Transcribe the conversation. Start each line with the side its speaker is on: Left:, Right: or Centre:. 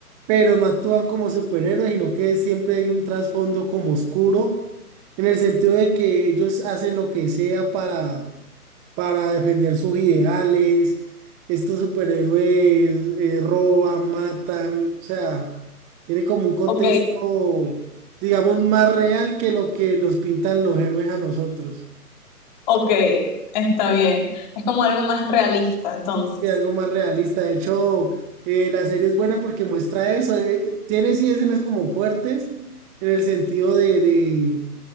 Right: Pero no actúan como superhéroes, sino que siempre hay un trasfondo como oscuro en el sentido de que ellos hacen lo que sea para, para defender sus ideales. Estos superhéroes eh, roban, matan, o sea, tiene como un contexto,
Left: ok,
Right: digamos, más real que lo que nos pintan los héroes a nosotros.
Left: ok, está bien. Es como algo más realista, entonces.
Right: Y algo más realista. De hecho, eh, la serie es buena porque muestra eso. eh, tiene sí escenas como fuertes en el sentido de de